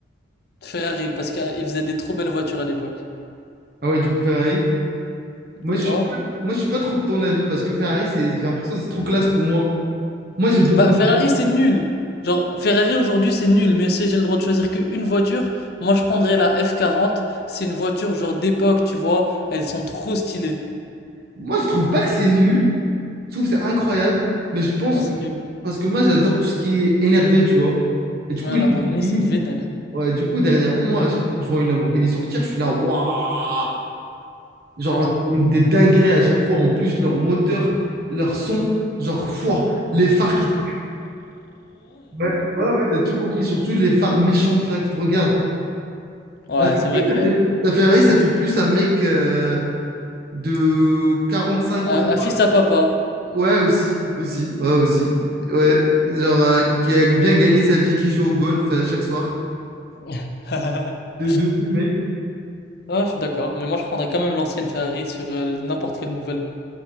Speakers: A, on the left; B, on the right.
A: Ferrari parce qu'ils faisaient des trop belles voitures à l'époque.
B: Ah ouais, du coup, Ferrari. Moi,
A: Et
B: je
A: toi?
B: suis pas, moi, je suis pas trop de ton avis parce que Ferrari, c'est, j'ai l'impression que c'est trop classe pour moi. Moi, j'ai besoin.
A: Bah, Ferrari, c'est nul. Genre, Ferrari aujourd'hui, c'est nul. Mais si j'ai le droit de choisir qu'une voiture, moi, je prendrais la F40. C'est une voiture, genre, d'époque, tu vois. Elles sont trop stylées.
B: Moi, je trouve pas que c'est nul. Je trouve que c'est incroyable. Mais je pense
A: Non, c'est
B: que.
A: nul.
B: Parce que moi, j'adore tout ce qui est énervé, tu vois. Et du
A: Ouais,
B: coup, Lamborghini,
A: Lamborghini, c'est vénère.
B: Ouais, du coup, dernièrement, moi, à chaque fois que je vois une Lamborghini sortir, je suis là, waouh! Genre,
A: <laughs>
B: c'est une des dingueries à chaque fois. En plus, leur moteur, leur son, genre, fouah, les phares qui te regardent. Ouais, ouais, ouais, t'as tout compris. Surtout les phares méchantes, là, qui te regardent.
A: Ouais,
B: La,
A: c'est vrai que.
B: la Ferrari, ça fait plus un mec euh, de cinq
A: Un,
B: ans.
A: un fils à papa.
B: Ouais, aussi, aussi, ouais, aussi. Ouais, genre, euh, qui a bien gagné sa vie, qui joue au golf euh, chaque soir.
A: <laughs>
B: De, de ouf, mec.
A: Ouais, je suis d'accord. Mais moi, je prendrais quand même l'ancienne Ferrari sur euh, n'importe quelle nouvelle.